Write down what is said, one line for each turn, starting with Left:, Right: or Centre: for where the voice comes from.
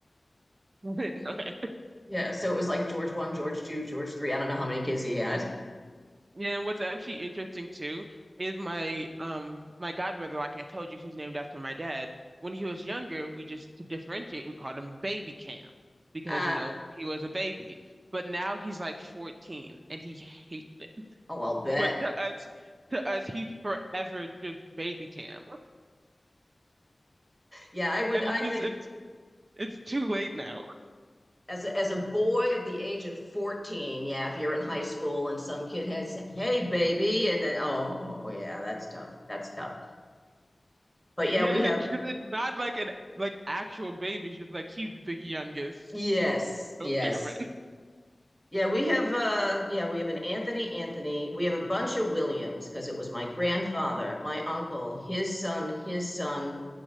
Right: <laughs> I didn't know that.
Centre: Yeah, so it was like George one, George two, George three. I don't know how many kids he had. <laughs>
Right: Yeah, and what's actually interesting too is my um my god brother, like I told you, who's named after my dad. When he was younger, we just to differentiate, we called him Baby Cam because
Centre: Ah,
Right: you know he was a baby. But now he's like 14 and he hates
Centre: oh, I'll bet.
Right: But to us, to us, he's forever just baby Cam,
Centre: Yeah, I would.
Right: and
Centre: I
Right: it's just
Centre: think
Right: it's it's too late now.
Centre: as a, as a boy of the age of 14 yeah if you're in high school and some kid has hey baby and then oh yeah that's tough that's tough but
Right: Yeah,
Centre: yeah we
Right: and
Centre: have
Right: it's just it's not like an like actual baby. It's just like he's the youngest.
Centre: yes yes
Right: Oh, Cameron.
Centre: yeah we have uh yeah we have an anthony anthony we have a bunch of williams because it was my grandfather my uncle his son his son